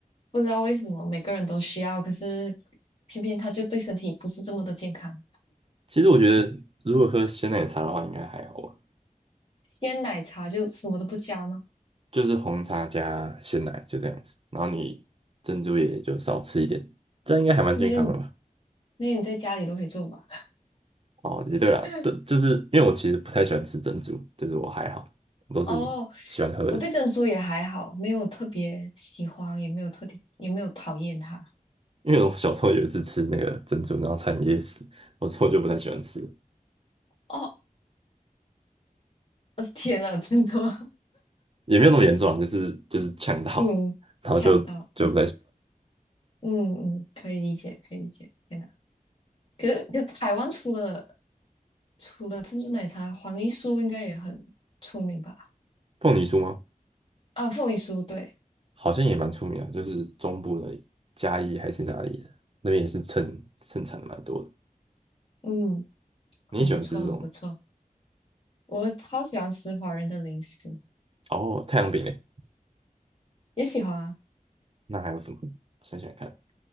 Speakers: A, on the left; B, on the right.
A: 不知道为什么每个人都需要，可是偏偏它就对身体不是这么的健康。
B: 其实我觉得，如果喝鲜奶茶的话，应该还好吧，
A: 鲜奶茶就什么都不加吗？
B: 就是红茶加鲜奶就这样子，然后你珍珠也就少吃一点，这样应该还蛮健康的吧？
A: 那个你那你在家里都可以做吧？
B: 哦，也对啦，
A: <laughs>
B: 对，就是因为我其实不太喜欢吃珍珠，就是我还好，我都是喜欢喝的。
A: 哦，我对珍珠也还好，没有特别喜欢，也没有特别，也没有讨厌它。
B: 因为我小时候有一次吃那个珍珠，然后差点噎死，我之后就不太喜欢吃。
A: 哦，我的天呐，真的吗？
B: 也没有那么严重啊，就是就是呛到，
A: <laughs> 嗯，
B: <laughs> 然后就就
A: 呛到，嗯嗯嗯，可以理解，可以理解。天呐，可是可是台湾除了除了珍珠奶茶，黄梨酥应该也很出名吧？
B: 凤梨酥吗？
A: 啊，凤梨酥，对，
B: 好像也蛮出名啊，就是中部的嘉义还是哪里的那边也是盛盛产的蛮多的。
A: 嗯，很不错，
B: 你喜欢吃这种吗
A: 很不错。我超喜欢吃华人的零食，
B: 哦，太阳饼嘞，
A: 也喜欢啊。
B: 那还有什么？想想看